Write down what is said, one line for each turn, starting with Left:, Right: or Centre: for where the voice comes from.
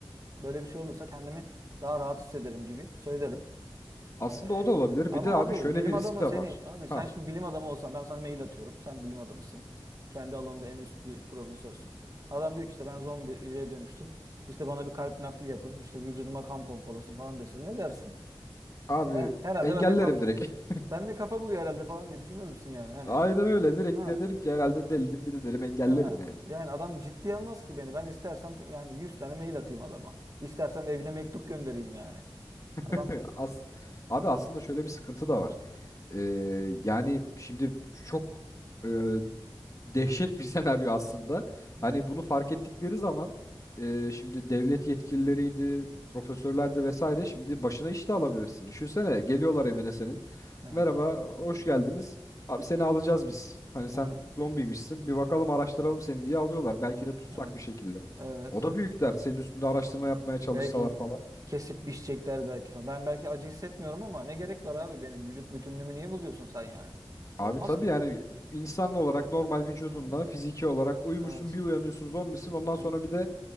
Right: böyle bir şey olursa kendimi daha rahat hissederim gibi söylerim.
Left: Aslında
Right: E,
Left: o da olabilir.
Right: ama
Left: Bir de abi
Right: abi
Left: şöyle
Right: bilim
Left: bir risk
Right: adamı
Left: de
Right: seni
Left: var.
Right: abi sen
Left: Ha.
Right: şimdi bilim adamı olsan ben sana mail atıyorum. Sen bilim adamısın. Kendi alanında en üst bir profesörsün. Adam diyor ki işte ben zombiye dönüştüm. İşte bana bir kalp nakli yapın. İşte vücuduma kan pompalasın falan dese ne dersin?
Left: Abi
Right: He, herhalde
Left: engellerim
Right: ben de kaf
Left: direkt. <laughs>
Right: Sen de kafa buluyor herhalde falan diye düşünmez misin yani hani?
Left: Aynen öyle direkt
Right: Ha
Left: de derim ki herhalde delinin biri derim engellerim
Right: ha
Left: yani.
Right: yani adam ciddiye almaz ki beni. Ben istersem yani 100 tane mail atayım adama. İstersem evine mektup göndereyim yani. Adam
Left: <laughs> As abi aslında şöyle bir sıkıntı da var. Ee, yani şimdi çok e, dehşet bir <laughs> senaryo aslında. Hani
Right: Hı hı.
Left: bunu fark ettikleri zaman e, şimdi devlet yetkilileriydi, profesörlerdi vesaire şimdi başına iş de alabilirsin. Düşünsene geliyorlar evine senin.
Right: Aha,
Left: Merhaba, hoş geldiniz. Abi seni alacağız biz. Hani sen
Right: aha,
Left: zombiymişsin. Bir bakalım
Right: aha,
Left: araştıralım seni diye alıyorlar. Belki de tutsak
Right: aha.
Left: bir şekilde.
Right: Evet. Evet.
Left: O da büyük dert. Senin üstünde araştırma yapmaya çalışsalar
Right: Belki
Left: falan.
Right: kesip biçecekler belki falan. Ben belki acı hissetmiyorum ama ne gerek var abi benim vücut bütünlüğümü niye bozuyorsun sen yani?
Left: Abi
Right: Olmaz
Left: tabii
Right: ki.
Left: yani insan olarak normal vücudunla
Right: Hı?
Left: fiziki olarak uyumuşsun
Right: Evet.
Left: bir uyanıyorsun zombisin. Ondan sonra
Right: Evet.
Left: bir de